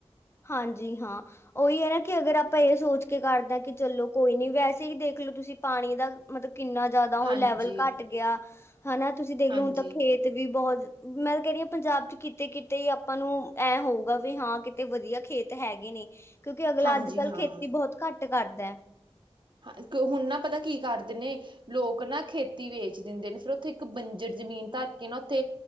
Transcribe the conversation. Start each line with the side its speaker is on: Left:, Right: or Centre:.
Left: ਹਾਂਜੀ ਹਾਂ। ਓਈ ਐ ਨਾ ਕਿ ਅਗਰ ਆਪਾਂ ਏ ਸੋਚ ਕੇ ਕਰਦੇ ਆ ਕਿ ਚਲੋ ਕੋਈ ਨੀ, ਵੈਸੇ ਈ ਦੇਖਲੋ ਤੁਸੀਂ ਪਾਣੀ ਦਾ ਮਤਲਬ ਕਿੰਨਾ ਜਾਦਾ
Right: ਹਾਂਜੀ
Left: ਓ ਲੈਵਲ ਘੱਟ ਗੇਆ, ਹਨਾ ਤੁਸੀਂ ਦੇਖਲੋ
Right: ਹਾਂਜੀ
Left: ਹੁਣ ਤਾਂ ਖੇਤ ਤੇ ਵੀ ਬਹੋਤ, ਮੈਂ ਤਾਂ ਕੈ ਰਈ ਆਂ ਪੰਜਾਬ ਚ ਕਿਤੇ-ਕਿਤੇ ਈ ਆਪਾਂ ਨੂੰ ਐ ਹੋਊਗਾ ਵੀ ਹਾਂ ਕਿਤੇ ਤੇ ਵਦੀਆ ਖੇਤ ਹੈਗੇ ਨੇ, ਕੇਓਕਿ ਅਗਲਾ
Right: ਹਾਂਜੀ
Left: ਆੱਜ-ਕਾਲ
Right: ਹਾਂ
Left: ਖੇਤੀ ਬੋਹਤ ਘੱਟ ਕਰਦੈ।
Right: ਹਾਂ, ਕੋਈ ਹੁਨ ਨਾ ਪਤਾ ਕੀ ਕਾਰਦੇ ਨੇ ਲੋਕ ਨਾ ਖੇਤੀ ਵੇਚ ਦਿੰਦੇ ਨੇ, ਫੇਰ ਓਥੇ ਇੱਕ ਬੰਜਰ ਜ਼ਮੀਨ ਧਾਰ ਕੇ ਨਾ ਓਥੇ